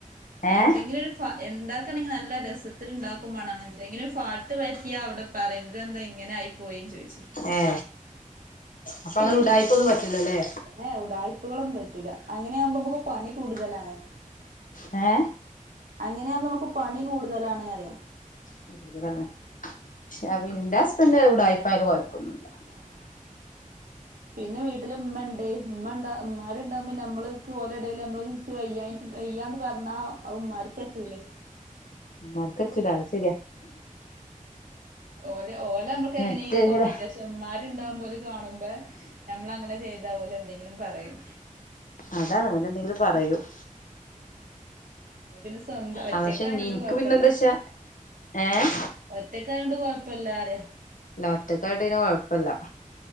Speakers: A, on the left; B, on the right.
A: ഏഹ്
B: എന്തെങ്കിലും ഫാ ഇണ്ടാക്കാണെങ്കിൽ നല്ല രസ ഇണ്ടാക്കും മാണം എന്തെങ്കിലും ഫാട്ട് പറ്റിയ അവിടെ പറിം ഇതെന്താ എന്താ ഇങ്ങനെ ആയി പോയിന്നു ചോയ്ച്ചും
A: ഏ അപ്പൊ അങ്ങനെ ഉടായിപ്പൊന്നും പറ്റൂലല്ലേ
B: ഏഹ് ഉടായിപ്പുകളൊന്നും പറ്റൂല അങ്ങനെയാകുമ്പോമ്മക്ക്‌ പണി കൂടുതലാണ്
A: ഏ
B: അങ്ങനെയാമ്പോ നമുക്ക് പണി കൂടുതലാണ് അറിയാ
A: കൂടുതലാണ് ക്ഷെ ഇന്റെ ഹസ്ബൻഡ് ഉടായിപ്പായാലും കൊഴപ്പൊന്നുല്ല
B: ആഹ് പിന്നെ വീട്ടില് ഇമ്മണ്ട് ഇമ്മണ്ട ഉമ്മാരുണ്ടാക്ബോമ്മള് നമ്മൾക്ക് ഓല എടേൽ നമ്മള് വയ്യാട്ട് വയ്യാന്ന് പറഞ്ഞാ അത് ഇമ്മാര്ക്കറ്റൂലയ്
A: മ്മാര്ക്കറ്റൂല
B: ഓല ഓല അമ്മക്ക്
A: മറ്റേ
B: എങ്ങനെലുംകൊപ്പിച്ച
A: ചില
B: മ്മാരുണ്ടാകുമ്പോ ഓല് കാണുബെ നമ്മൾ അങ്ങനെ ചെയ്താൽ ഓലെന്തെങ്കിലും പറയും
A: അതാണ് ഓലെന്തെങ്കിലും പറയും
B: നിങ്ങള് പിന്നെ സ്വന്തം ഒറ്റക്കായോണ്ട്
A: അ പക്ഷെ ഇൻക്ക്
B: കൊഴപ്പല്ല
A: പിന്നെന്തേച്ച ഏഹ്
B: ഒറ്റക്കായോണ്ട് കൊഴപ്പല്ല അറയ
A: ല്ല ഒറ്റക്കായൊണ്ട് ന്നെ കൊഴപ്പല്ല